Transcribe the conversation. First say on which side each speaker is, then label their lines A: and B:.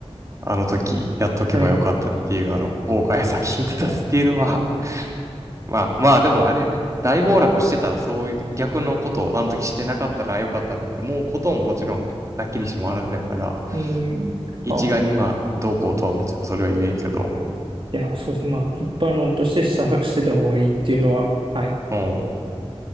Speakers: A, on the right; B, on the right.
A: あの時やっとけばよかったっていう、
B: はい。
A: あの、後悔が先に立たすっていうのは、
B: <laughs>
A: <laughs> まあまあでもあれやね、大暴落してたらそういう逆のことをあの時してなかったらよかったのにって思うことももちろんなきにしもあらずだから、
B: うん。
A: 一概にまあどうこうとはもちろんそれは言えんけど、
B: あ、いや、そうですね。まあ、一般論としてした、してた方がいいっていうのは、はい。
A: うん。い